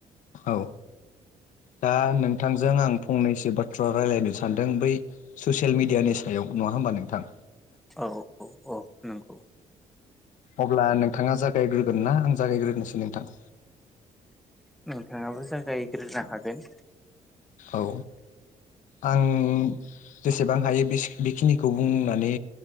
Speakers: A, on the left (about 70°); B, in the centre.
A: औ दा नोंथांजों आं फंनैसो बाथ्रा रायलायनो सानदों बै ससियेल मिडियानि सायाव नङा हो होमबा नोंथां।
B: औ औ औ नंगौ।
A: अब्ला नोंथाङा जागायग्रोगोन ना आं जागायग्रोनोसै नोंथां।
B: नोङाबो जागायग्रोनो हागोन।
A: औ। आं जेसेबां हायो बेस बेखिनिखौ बुंनानै